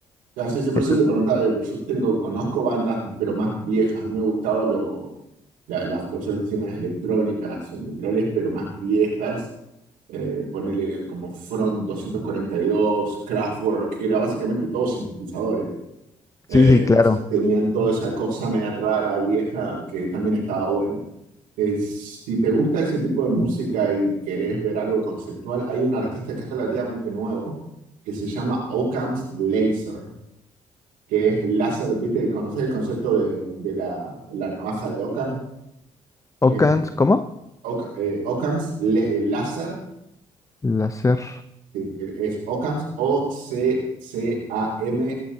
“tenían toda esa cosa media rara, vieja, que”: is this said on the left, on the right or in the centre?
Right